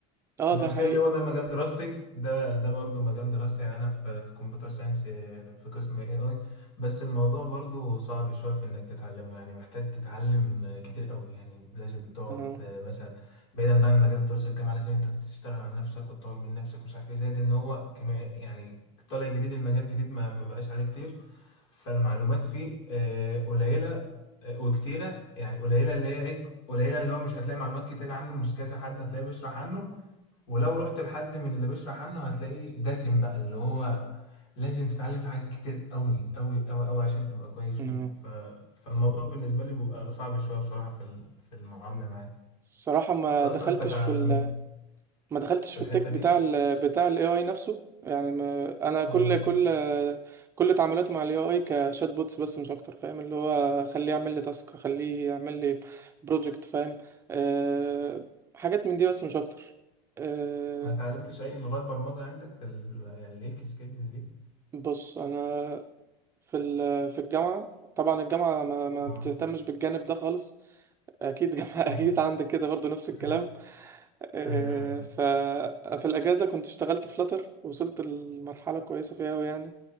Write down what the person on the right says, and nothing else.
اه
ده حقيقه
اه
آه.
الصراحه ما
دخلتش
في ال
ما دخلتش
في
التك
بتاع ال بتاع الاي اي نفسه يعني ما انا
كل كل كل تعاملاتي مع الاي اي كشات بوتس بس مش اكتر فاهم اللي هو خليه يعمل لي تاسك خليه يعمل لي بروجكت فاهم أه حاجات من دي بس مش اكتر أه
بص انا في ال- في الجامعة طبعا الجامعة ما, ما
بتهتمش بالجانب ده خالص أكيد جامعة <laughs>
أكيد عندك كده برضو نفس
الكلام آه،
ففي الأجازة كنت اشتغلت في فلاتر وصلت لمرحلة كويسة فيها أوي يعني